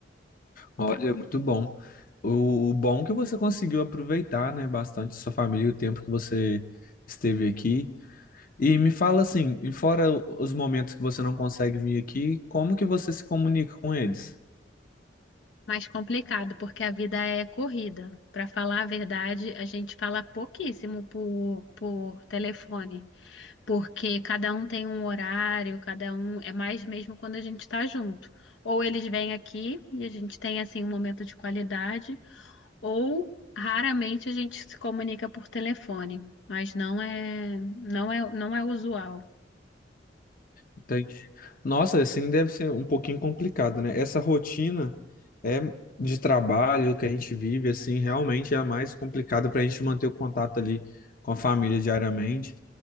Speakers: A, on the left; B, on the left.
A: Olha, muito bom. O, o bom é que você conseguiu aproveitar, né, bastante sua família e o tempo que você esteve aqui. E me fala assim, e fora os momentos que você não consegue vir aqui, como que você se comunica com eles?
B: Mas complicado, porque a vida é corrida. Para falar a verdade, a gente fala pouquíssimo por, por telefone, porque cada um tem um horário, cada um é mais mesmo quando a gente está junto. Ou eles vêm aqui e a gente tem assim um momento de qualidade. Ou raramente a gente se comunica por telefone, mas não é, não é, não é usual.
A: Entendi. Nossa, assim deve ser um pouquinho complicado, né? Essa rotina é de trabalho que a gente vive, assim, realmente é a mais complicada para a gente manter o contato ali com a família diariamente.